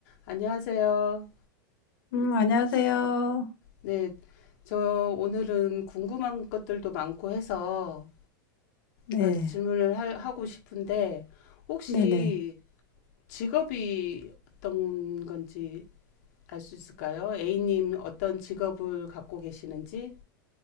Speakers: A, on the left; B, on the left.
A: 안녕하세요.
B: 음, 안녕하세요.
A: 네, 저 오늘은 궁금한 것들도 많고 해서
B: 네,
A: 그러니까 질문을 하, 하고 싶은데 혹시
B: 네네.
A: 직업이 어떤 건지 알 수 있을까요? A님 어떤 직업을 갖고 계시는지?